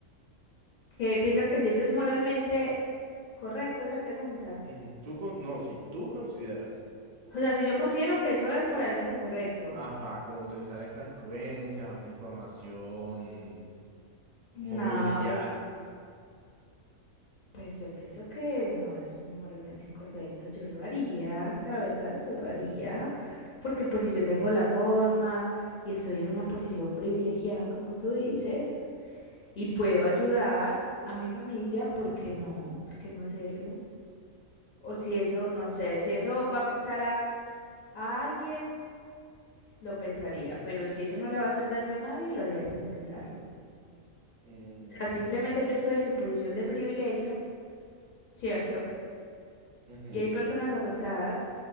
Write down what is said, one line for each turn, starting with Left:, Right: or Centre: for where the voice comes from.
Left: ¿Qué piensas que si eso es moralmente correcto, es la pregunta?
Right: Ujú. Tú con- no, si tú consideras, oh,
Left: O sea,
Right: perdón.
Left: si yo considero que eso es moralmente correcto.
Right: ajá, como utilizar estas influencias o esta información
Left: No,
Right: como privilegiada.
Left: pues, pues yo pienso que no es moralmente incorrecto. Yo lo haría, la verdad, yo lo haría. Porque pues si yo tengo la forma y estoy en una posición privilegiada, como tú dices. Y puedo ayudar a mi familia, ¿por qué no? ¿Por qué no hacerlo? O si eso, no sé, si eso va a afectar a, a alguien, lo pensaría, pero si eso no le va a hacer daño a nadie, lo haría sin pensarlo.
Right: Mm,
Left: O sea, simplemente yo estoy en mi posición de privilegio, ¿cierto?
Right: ujú.
Left: Y hay personas afectadas